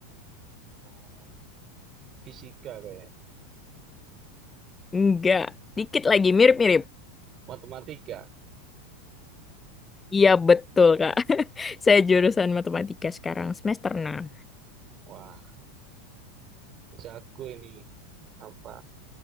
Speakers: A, on the right (about 35°); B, on the left (about 15°).
A: Ah, Fisika kayak
B: Enggak, dikit lagi mirip-mirip.
A: matematika.
B: Iya betul Kak. <laughs> Saya jurusan matematika sekarang semester 6.
A: Wah, jago ini apa?